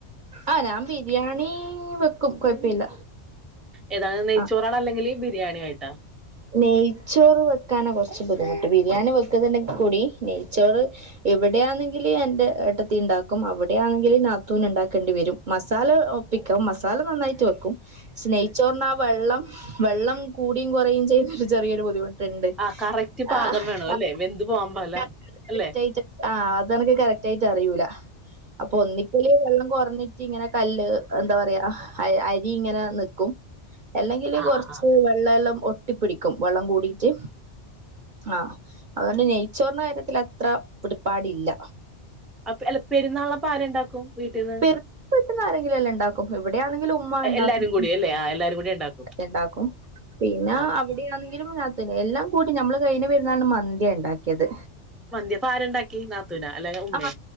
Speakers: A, on the right; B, in the centre.
A: ആ ഞാൻ ബിരിയാണി ണി വെക്കും കുഴപ്പമില്ല
B: ഏതാണ്‌ നെയ്ച്ചോറാണ്ണല്ലെങ്കിൽ
A: ആ
B: ബിരിയാണി ആയിട്ടാ
A: നെയ്ച്ചോറ് വെക്കാന കുറച്ച് ബുദ്ധിമുട്ട് ബിരിയാണി വെക്കുന്നുണ്ടെങ്കി കൂടി നെയ്ച്ചോറ് എവിടെയാണെങ്കില് എന്റെ ഏട്ടത്തീ ഉണ്ടാക്കും അവിടെ ആണെങ്കിൽ നാത്തൂന് ഉണ്ടാക്കേണ്ടി വരും മസാല ഒപ്പിക്കാം മസാല നന്നായിട്ട് വെക്കും നെയ്യ് ചോറിന് ആ വെള്ളം വെള്ളം കൂടിയും കുറയും ചെയ്ത ചെറിയൊരു ബുദ്ധിമുട്ട് ണ്ട്
B: ആ കറക്റ്റ്
A: <unintelligible>
B: പാകം വേണം അല്ലേ വെന്ത് പോവാൻ പാടില്ല അല്ലെ
A: ആ അത കറക്യി അറിയൂല അപ്പൊ ഒന്നിങ്കല് വെള്ളം കുറഞ്ഞിട്ട് ഇങ്ങനെ കല്ല് എന്താ പറയാ അരി ഇങ്ങനെ നിക്കും അല്ലെങ്കില്
B: ആ
A: കൊറച്ച്
B: ആ ആ
A: വെള്ളം എല്ലാം ഒ ഒട്ടിപ്പിടിക്കും വെള്ളം കൂടിട്ട് ആ അതുകൊണ്ട് നെയ്ച്ചോറിന്റെ കാര്യത്തിൽ അത്ര പിടിപ്പാടില്ല
B: അപ്പൊ പെരുന്നാളിന് ആപ്പ ആര് ഉണ്ടാക്കും വീട്ടീന്ന്
A: പെരുന്നാക്ക് ആരെങ്കിലും എല്ലാം ഉണ്ടാക്കും ഇവിടെയാണെങ്കിലും ഉമ്മ ഉണ്ടാക്കുംണ്ടും
B: എല്ലാരും കൂടി അല്ലേ ആ എല്ലാരും കൂടി ഉണ്ടാക്കും
A: ഉണ്ടാക്കും പിന്നെ
B: ആ
A: അവിടെ
B: ആ
A: ആണെങ്കിലും <unintelligible> എല്ലാം കൂടി നമ്മള് കഴിഞ്ഞ പെരുന്നാളിന് മന്തിയ ഇണ്ടാക്കിയത്
B: മന്തിയപ്പ ആരുണ്ടാക്കി നാത്തൂനാ അല്ലെങ്കി ഉമ്മേ
A: ആ